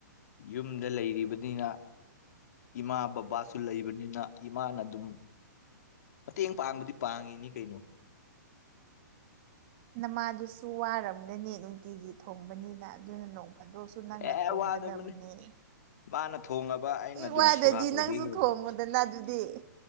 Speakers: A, on the left; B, on the right.
A: ꯌꯨꯝꯗ ꯂꯩꯔꯤꯕꯅꯤꯅ ꯏꯃꯥ ꯕꯕꯥ ꯁꯨ ꯂꯩꯕꯅꯤꯅ ꯏꯃꯥꯅ ꯑꯗꯨꯝ ꯃꯇꯦꯡ ꯄꯥꯡꯕꯗꯤ ꯄꯥꯡꯉꯤꯅꯤ ꯀꯩꯅꯣ
B: ꯅꯃꯥꯗꯨꯁꯨ ꯋꯥꯔꯝꯒꯅꯤ ꯅꯨꯡꯇꯤꯒꯤ ꯊꯣꯡꯕꯅꯤꯅ ꯑꯗꯨꯅ ꯅꯣꯡ ꯑꯗꯣꯛꯁꯨ ꯅꯪꯅ
A: ꯑꯦ
B: ꯊꯣꯡꯒꯗꯕꯅꯤ
A: ꯋꯥꯗꯕꯅꯤ ꯃꯥꯅ ꯊꯣꯡꯉꯕ ꯑꯩꯅ
B: ꯑꯦ
A: ꯑꯗꯨꯝ
B: ꯋꯥꯗꯗꯤ
A: ꯁꯦꯕꯥ ꯇꯧꯕꯤꯈ꯭ꯔꯕ
B: ꯅꯪꯁꯨ ꯊꯣꯡꯉꯣꯗꯅ ꯑꯗꯨꯗꯤ